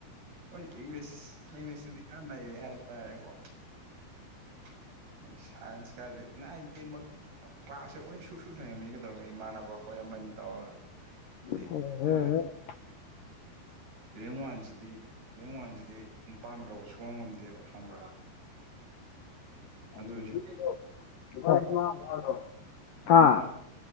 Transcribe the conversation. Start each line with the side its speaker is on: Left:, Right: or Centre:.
Right: ꯍꯣꯏ ꯏꯪꯂꯤꯁ ꯏꯪꯂꯤꯁ <unintelligible> ꯗꯤ ꯈꯔ ꯅꯩꯌꯦ ꯍꯥꯏ ꯇꯥꯌꯦꯀꯣ <unintelligible> ꯁꯥꯥꯏꯟꯁ ꯀꯗꯤ ꯅꯥꯏꯟ ꯇꯦꯟ ꯃꯛꯇ <unintelligible> ꯀ꯭ꯂꯥꯁꯁꯦ ꯑꯈꯣꯏꯅ ꯁꯨꯁꯨ ꯅꯩꯔꯝꯃꯤꯅꯦ ꯀꯩꯗꯧꯔꯒꯦ ꯏꯃꯥꯟꯅꯕ ꯑꯈꯣꯏ ꯑꯃꯅꯤ ꯇꯧꯔꯒ
Left: <unintelligible>
Right: ꯍꯥꯏꯗꯤ ꯃꯣꯏ ꯔꯦꯡ ꯋꯥꯟꯁꯤꯗꯤ ꯔꯦꯡ ꯋꯥꯟꯁꯤꯗꯤ ꯅꯨꯄꯥꯅ ꯂꯧꯕ ꯁꯨꯉꯝ ꯉꯝꯗꯦꯕꯥ ꯈꯪꯕ꯭ꯔꯥ
Left: <inaudible>
Right: ꯑꯗꯨꯏꯁꯨ ꯔꯦꯡ
Left: ꯍꯥ
Right: ꯋꯥꯟ